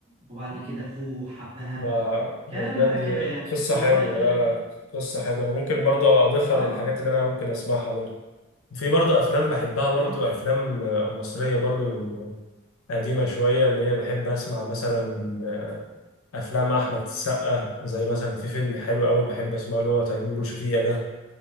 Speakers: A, on the right; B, on the left.
A: وبعد كده أخوه حبها
B: ده ده
A: كلام
B: بجد
A: بقى كده يعني
B: قصه
A: لغاية
B: حلوه
A: يعني
B: لا لا قصه حلوه انا ممكن برضه اضيفها
A: آه
B: للحاجات اللي انا ممكن اسمعها برضه في برضه افلام بحبها برضه
A: آه
B: افلام مصريه برضه قديمة شوية اللي هي بحب أسمع مثلا أفلام أحمد السقا زي مثلا في فيلم حلو أوي بحب أسمعه اللي هو تيمور وشفيقة ده